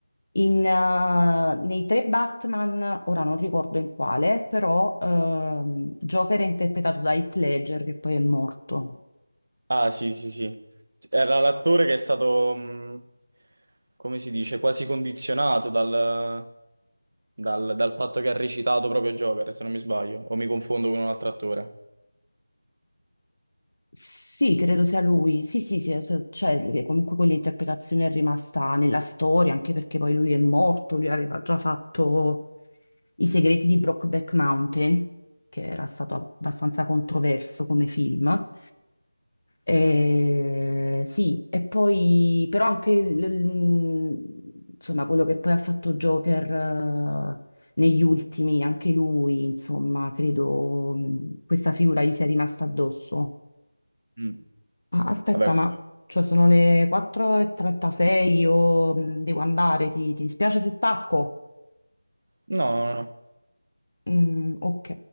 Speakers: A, on the left; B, on the right.
A: In, eh, nei tre Batman, ora non ricordo in quale, però ehm, Joker è interpretato da Heath Ledger, che poi è morto.
B: Ah, sì, sì, sì. Era l'attore che è stato, mh, come si dice, quasi condizionato dal, dal- dal fatto che ha recitato proprio Joker, se non mi sbaglio, o mi confondo con un altro attore.
A: Sì, credo sia lui. Sì, sì, sì, cioè cioè, che comunque quell'interpretazione è rimasta nella storia, anche perché poi lui è morto, lui aveva già fatto I segreti di Brokeback Mountain, che era stato abbastanza controverso come film. Eh, sì, e poi però anche l- l- insomma, quello che poi ha fatto Joker eh, negli ultimi, anche lui, insomma, credo mh, questa figura gli sia rimasta addosso.
B: Mm.
A: Ah, Aspetta,
B: Vabbè,
A: ma cioè sono le 4.36, io mh, devo andare, ti, ti dispiace se stacco?
B: no, no, no.
A: Mm, ok.